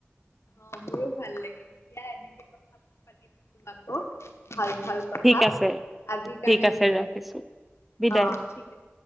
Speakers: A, on the left; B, in the centre.
A: অ' মোৰো ভাল লাগিল দিয়া এনেকে কথা পাতি থাকিম আকৌ ভাল-ভাল কথা
B: ঠিক আছে
A: আজিৰ কাৰণে
B: ঠিক আছে
A: বিদায়।
B: ৰাখিছো বিদায়
A: অ' ঠিক আছে।